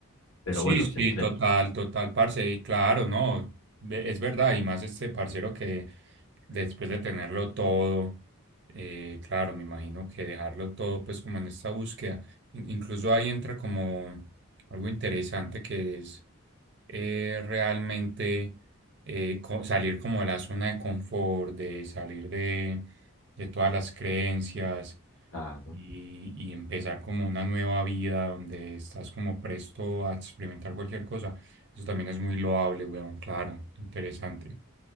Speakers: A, on the left; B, on the right.
A: Pero
B: Sí,
A: bueno,
B: sí,
A: centré,
B: total, total, parce, y claro, no, ve- es verdad, y más este parcero que después de tenerlo todo, eh, claro, me imagino que dejarlo todo, pues como en esta búsqueda, In- incluso ahí entra como algo interesante que es eh, realmente eh, co- salir como de la zona de confort, de salir de, de todas las creencias,
A: claro.
B: y, y empezar como una nueva vida donde estás como presto a experimentar cualquier cosa. Eso también es muy loable, weón, claro, interesante.